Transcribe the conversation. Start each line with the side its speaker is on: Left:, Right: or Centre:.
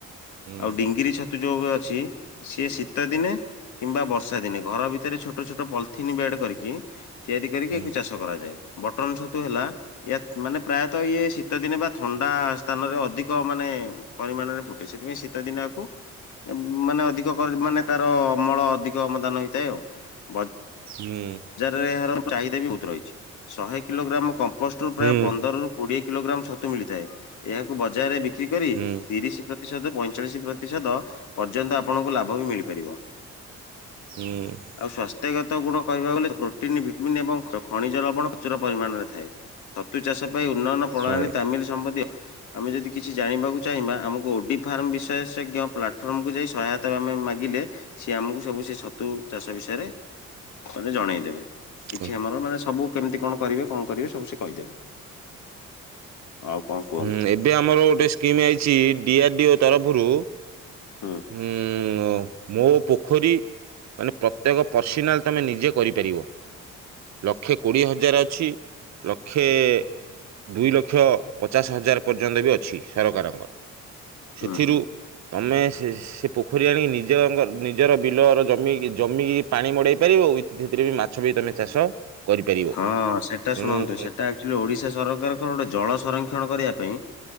Right: ହୁଁ
Left: ଆଉ ଡିଙ୍ଗିରି ଛ ଯୋଗ ଅଛି ସିଏ ଶୀତ ଦିନେ କିମ୍ବା ବର୍ଷା ଦିନେ ଘର ଭିତରେ ଛୋ ଛୋଟ ଛୋଟ ପଲିଥିନ୍ ବେଡ୍ କରିକି ତିଆରି କରିକି
Right: ହୁଁ
Left: ଆକୁ ଚାଷ କରାଯାଏ ବଟନ୍ ଛତୁ ହେଲା। ୟ ମାନେ ପ୍ରାୟତଃ ଇଏ ଶୀତଦିନେ ବା ଥଣ୍ଡା ସ୍ଥାନରେ ଅଧିକ ମାନେ। ପରିମାଣରେ ଫୁଟେ ସେଥିପାଇଁ ଶୀତ ଦିନ ଆକୁ। ମାନେ ଅଧିକ ମାନେ ତାର ଅମଳ ଅଧିକ ଅମଦାନ ହେଇଥାଏ ଆଉ
Right: ହୁଁ।
Left: ବଜାରରେ ଏହାର ଚାହିଦା ବି ବହୁତ ରହିଛି ଶହେ କିଲୋଗ୍ରାମ କମ୍ପୋଷ୍ଟ ରୁ
Right: ହୁଁ
Left: ପ୍ରାୟ ପନ୍ଦରରୁ କୋଡିଏ କିଲୋଗ୍ରାମ ଛତୁ ମିଳିଥାଏ ଏହାକୁ ବଜାରରେ ବିକ୍ରି କରି
Right: ହୁଁ
Left: ତିରିଶ ପ୍ରତିଶତ ପଇଁଚାଳିଶ ପ୍ରତିଶତ ପର୍ଯ୍ୟନ୍ତ ଆପଣଙ୍କୁ ଲାଭ ବି ମିଳିପାରିବ।
Right: ହଁ।
Left: ଆଉ ସ୍ଵାସ୍ଥ୍ୟଗତ ଗୁଣ କହିବାକୁ ଗଲେ ପ୍ରୋଟିନ ଭିଟିମିନ୍ ଏବଂ ଖଣିଜ ଲବଣ ପ୍ରଚୁର ପରିମାଣରେ ଥାଏ। ତତୁ ଚାଷ ପାଇଁ ଉନ୍ନୟନ ପ୍ରଣାଳୀ
Right: ହଉ
Left: ତାମିଲ ସମ୍ବନ୍ଧୀୟ ଆମେ ଯଦି କିଛି ଜାଣିବାକୁ ଚାହିଁବା ଆମକୁ ଓଡି ଫାର୍ମ ବିଶେଷଜ୍ଞ ପ୍ଲାଟଫର୍ମକୁ ଯାଇ ସହାୟତା ୟତ ଆମେ ମାଗିଲେ ସିଏ ଆମକୁ ସବୁ ସେ ଛତୁ ଚାଷ ବିଷୟରେ ମାନେ ଜଣେଇଦେବେ କିଛିି
Right: ହୁଁ
Left: ଆମର ମାନେ ସବୁ କେମିତି କଣ କରିବେ କଣ କରିବେ ସବୁ ସେ କହିଦେବେ। ଆଉ କଣ କୁହନ୍ତୁ
Right: ହଁ ଏବେ ଆମର ଗୋଟିଏ ସ୍କିମ୍ ଆଇଛି ଡିଆର୍ ଡି ଓ ତରଫରୁ।
Left: ହଁ।
Right: ହୁଁ ହ ମୋ ପୋଖରୀ ମାନେ ପ୍ରତ୍ୟେକ ପର୍ସନାଲ୍ ତୁମେ ନିଜେ କରିପାରିବ। ଲକ୍ଷେ କୋଡ଼ିଏ ହଜାର ଅଛି ଲକ୍ଷେ ଦୁଇ ଲକ୍ଷ ପଚାଶ ହଜାର ପର୍ଯ୍ୟନ୍ତ ବି ଅଛି ସରକାରଙ୍କର। ସେଥିରୁ
Left: ହୁଁ ହୁଁ
Right: ଆମେ ସେ ସେ ପୋଖରୀ ଆଣିକି ନିଜ ନିଜର ବିଲର ଜମିକି ଜମିକି ପାଣି ମଡ଼ାଇ ପାରିବ ସେଥି ଥିରେ ବି ମାଛ ବି ତମେ ଚାଷ କରିପାରିବ
Left: ହଁ ସେଟା
Right: ତେଣୁ
Left: ଶୁଣନ୍ତୁ
Right: ହୁଁ
Left: ସେଟା ଆକୁଚୁଆଲି ଓଡିଶା ସରକାରଙ୍କର ଗୋଟେ ଜଳ ସଂରକ୍ଷଣ କରିବା ପାଇଁ